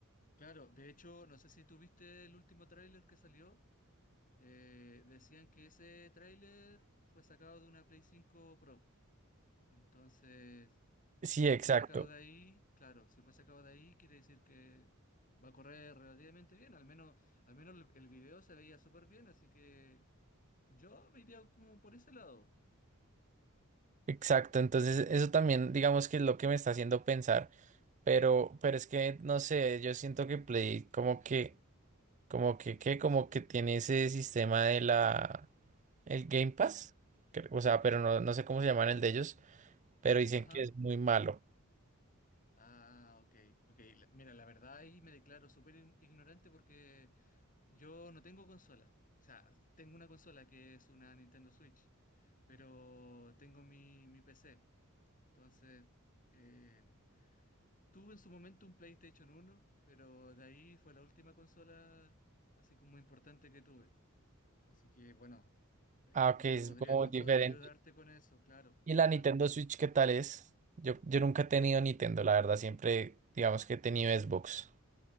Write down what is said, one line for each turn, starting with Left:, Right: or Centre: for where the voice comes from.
Left: claro, de hecho, no sé si tuviste el último tráiler que salió. Eh, decían que ese tráiler fue sacado de una Play 5 Pro. Entonces,
Right: Sí,
Left: si
Right: exacto,
Left: fue sacado de ahí, claro, si fue sacado de ahí, quiere decir que va a correr relativamente bien. Al menos, al menos el, el video se veía súper bien, así que yo me iría como por ese lado.
Right: exacto. Entonces eso también digamos que es lo que me está haciendo pensar, pero, pero es que no sé, yo siento que Play como que, como que, ¿qué? Como que tiene ese sistema de la, el Game Pass, cre- o sea, pero no, no sé cómo se llaman el de ellos pero dicen
Left: Ajá.
Right: que es muy malo.
Left: Ah, ok, ok. La- Mira, la verdad ahí me declaro súper ign- ignorante porque yo no tengo consola. O sea, tengo una consola que es una Nintendo Switch, pero tengo mi, mi PC. Entonces, eh, Tuve en su momento un PlayStation uno, pero de ahí fue la última consola así como importante que tuve. Así que bueno, ahí
Right: Ah,
Left: no,
Right: que
Left: no
Right: es
Left: podría,
Right: como
Left: no
Right: diferente.
Left: podría ayudarte con eso, claro,
Right: ¿Y la
Left: claro.
Right: Nintendo Switch qué tal es? Yo, yo nunca he tenido Nintendo, la verdad, siempre digamos que he tenido Xbox.